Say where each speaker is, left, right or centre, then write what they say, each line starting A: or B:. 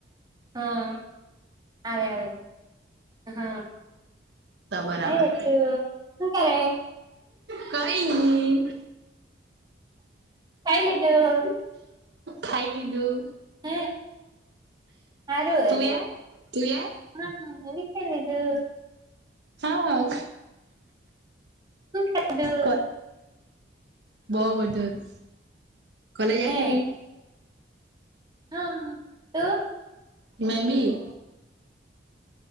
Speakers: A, on the right; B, on the right.
A: હા આવે આવે હા
B: તો બરાબર
A: આતું શું કર
B: કઈ નહી
A: કાઈ લટું
B: ખાઈ દલું
A: હ સારું
B: તુંએ તુંએ
A: હા મેભી ખાઈલીદું
B: હા હા
A: શું ખાધું
B: કો બહ બધ કલે જ
A: હે
B: કે
A: હા તો
B: મેં બી